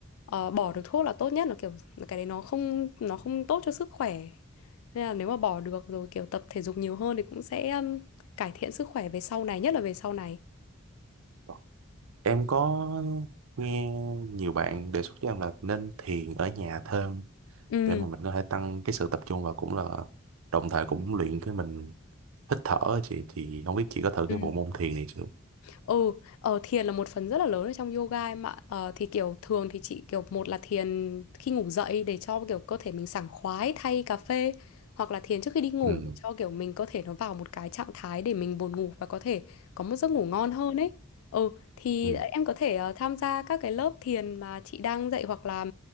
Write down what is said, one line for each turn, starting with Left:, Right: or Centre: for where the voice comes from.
Left: ờ, bỏ được thuốc là tốt nhất là kiểu cái đấy nó không nó không tốt cho sức khỏe nên là nếu mà bỏ được rồi kiểu tập thể dục nhiều hơn thì cũng sẽ um, cải thiện sức khỏe về sau này nhất là về sau này
Right: Rồi. em có nghe nhiều bạn đề xuất cho em là nên thiền ở nhà thêm
Left: ừ
Right: để mà mình có thể tăng cái sự tập trung và cũng là đồng thời cũng luyện cái mình hít thở á chị thì không biết chị có thử
Left: ừ
Right: cái bộ môn thiền này chưa
Left: Ừ, ờ, thiền là một phần rất là lớn ở trong yoga em ạ. Ờ, thì kiểu thường thì chị kiểu một là thiền khi ngủ dậy để cho kiểu cơ thể mình sảng khoái thay cà phê hoặc là thiền trước khi đi ngủ
Right: ừ
Left: để cho kiểu mình cơ thể nó vào một cái trạng thái để mình buồn ngủ và có thể có một giấc ngủ ngon hơn ấy. Ừ, thì
Right: ừ
Left: em có thể ờ, tham gia các cái lớp thiền mà chị đang dạy hoặc là